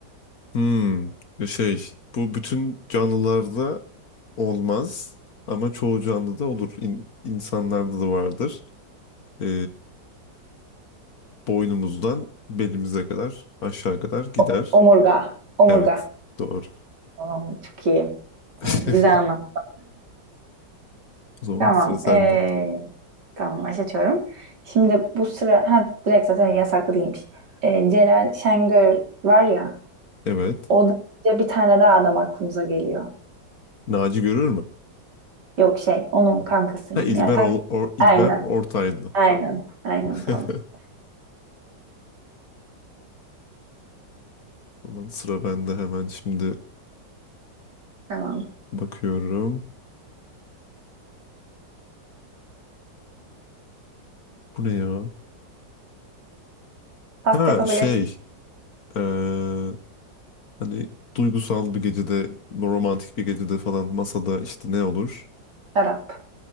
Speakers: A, on the left (about 55°); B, on the right (about 65°).
A: Hmm, e, şey, bu bütün canlılarda olmaz ama çoğu canlıda olur. İn- insanlarda da vardır. Ee, boynumuzdan belimize kadar, aşağı kadar gider.
B: O- omurga, omurga.
A: Evet, doğru.
B: Tamam, çok iyi. Tamam,
A: <laughs>
B: güzel anlat.
A: O zaman
B: Tamam,
A: sıra sende.
B: ee, tamam başlatıyorum. Şimdi bu sıra, ha direkt zaten yasaklı değilmiş. Ee, Celal Şengör var ya,
A: Evet.
B: o da bir tane daha adam aklımıza geliyor.
A: Naci görür mü?
B: Yok şey, onun kankası
A: Ha
B: yine.
A: İlber,
B: Yani kanka,
A: ol, or, İlber
B: aynen,
A: Ortaylı.
B: aynen, aynen
A: <laughs>
B: tamam.
A: O zaman sıra bende hemen şimdi
B: Tamam.
A: bakıyorum. Bu ne ya?
B: Pasta
A: Ha
B: yapabilirsin.
A: şey eee, hani duygusal bir gecede romantik bir gecede falan masada işte ne olur?
B: Şarap,